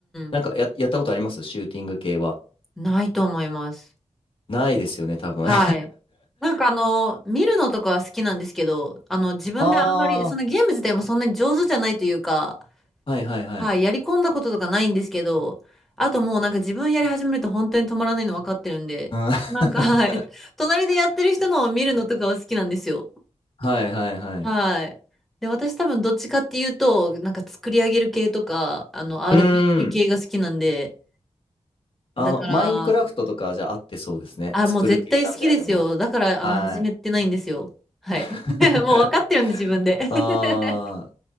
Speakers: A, on the left (about 50°); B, in the centre.
A: なんかや、
B: ん。
A: やったことありますシューティング系は。
B: ないと思います。
A: ないですよね、多分。
B: はい。
A: <laughs>
B: なんかあの、見るのとかは好きなんですけど、あの、自分であんまり、
A: ああ、
B: そのゲーム自体もそんなに上手じゃないというか、
A: はいはいはい。
B: はい、やり込んだこととかないんですけど、あともうなんか自分やり始めると本当に止まらないの分かってるんで、
A: うん
B: なんか、はい、
A: <laughs>
B: <laughs> 隣でやってる人のを見るのとかは好きなんですよ。
A: はいはいはい。
B: はい。で、私多分どっちかっていうと、なんか作り上げる系とか、あの、RPG
A: うーん。
B: 系が好きなんで、
A: あの、
B: だから、
A: マインクラフトとかじゃ合ってそうですね。
B: あ、
A: 作る系なんであれも。
B: もう絶対好きですよ。だから、
A: はい。
B: あの、始めてないんですよ。はい。
A: <laughs>
B: <laughs> もう分かってるんで、自分で。<laughs>
A: ああ、